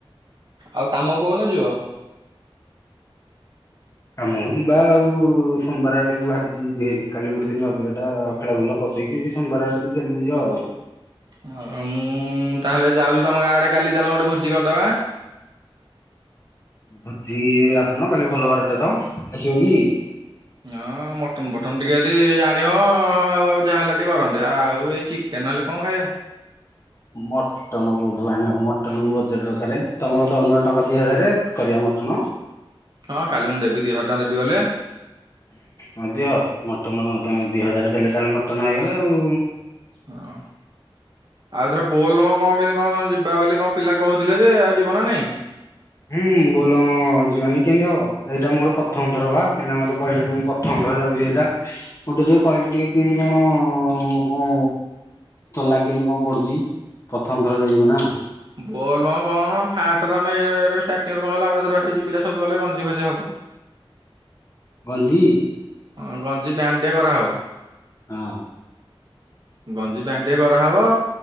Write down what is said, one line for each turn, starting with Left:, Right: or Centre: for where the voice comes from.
Right: ଆଉ କାମକୁ କୋଉଦିନ ଯିବ?
Left: କାମକୁ ଯିବା ଆଉ ସୋମବାର ଆଡକୁ ଭାବିଚି ଏମତି ହେଇକି କାଲି ଗୋଟେ ଦିନ ଆଉ ଦିହଟା ଖେଳବୁଲ କରିଦେଇକି ସୋମବାର ଆଡ଼କୁ ଚାଲିବୁ ଯା ଆଉ।
Right: <inaudible> ଅ ମୁଁ ତାହେଲେ ଯାଉଚି ତମ ଗାଁଆଡେ କାଲି ଚାଲୁନ ଗୋଟେ ଭୋଜି କରିଦବା।
Left: ଭୋଜି ଆସୁନ କାଲି ଭଲ ବାରଟେ ତ ଆସିବ କି?
Right: ହଁ ମଟନ ଫଟନ ଟିକେ ଯଦି ଆଣିବ ହଁ ଆଉ ଆଉ ଯାହା ହେଲା ଟିକେ କରନ୍ତି ଆଉ ଏଇ ଚି କେନ ହେଲେ କଣ ଖାଇବା।
Left: ମଚ ମଟନ କୋଉଠୁ ଆଣିବାକୁ ମଟନକୁ ବଜେଟ ଦରକାରେ ତମର ଦୋଉନ ଟଙ୍କା ଦିଇ ହଜାର କରିବା ମଟନ।
Right: ହଁ କାଲି ମୁଁ ଦେବି ଦିଇ ହଜାର ଟଙ୍କା ଦେବି ଗଲେ।
Left: ହଁ ଦିଅ ମଟନ ତମେ ଦିଇ ହଜାର ଦେଲେ ତାହେଲେ ମଟନ ହେଇଗଲା ଆଉ।
Right: ହଁ। ଆଉ ଏଥର ବୋଲବମ କଣ କେମିତି କଣ ଯିବା ବୋଲି କଣ ପିଲା କୋହୁଥିଲେ ଯେ ଆଉ ଯିବ ନା ନାଇଁ?
Left: ହୁଁ ବୋଲବମ ଯିବାନି କେମିତି ହବ ଏଇଟା ମୋର ପଥମ ଥର ପା ପିଲା ମତେ କହିଲେ ଯେ ମୁଁ ପ ଥଣ୍ଡ ରେ ଯାଉଚି ଏଇଟା ମତେ ଟିକେ କହିଲେ ଟିକେ କେମିତି କଣ କଁ ଥଲା କେମିତି କଣ ପଡୁଚି ପଥମ ଥର ଯାଇଯିବ ନା।
Right: ବୋଲବମ୍ କଣ ଫାଷ୍ଟ ତ ଆମେ ଏବେ ଷ୍ଟାର୍ଟିରୁ କଣ କହିଲ ଆମର ହେଇଚି। ପିଲା ସବୁ ଗଲେ ଗଞ୍ଜି ଫଞ୍ଜି ହବ।
Left: ଗଞ୍ଜୀ।
Right: ହଁ ଗଞ୍ଜି ପ୍ୟାଣ୍ଟ ଟେ କରାହବ।
Left: ହଁ।
Right: ଗଞ୍ଜି ପ୍ୟାଣ୍ଟ୍ ଟେ କରାହବ।